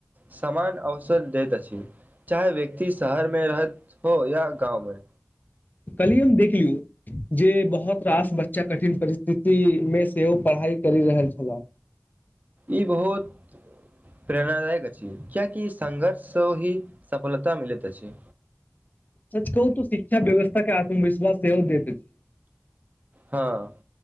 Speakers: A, on the right; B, on the left.
A: समान अवसर दैत अछि चाहे व्यक्ति शहर में रहैत हो या गाँव में
B: काल्हि हम देखलहुँ जे बहुत रास बच्चा कठिन परिस्थिति में सेहो पढ़ाइ करि रहल छलाह
A: ई बहुत प्रेरणादायक अछि कियाकि संघर्ष सँ ही सफलता मिलैत अछि
B: सच कहू तऽ शिक्षा व्यवस्था के आत्मविश्वास सेहो देत अछि
A: हँ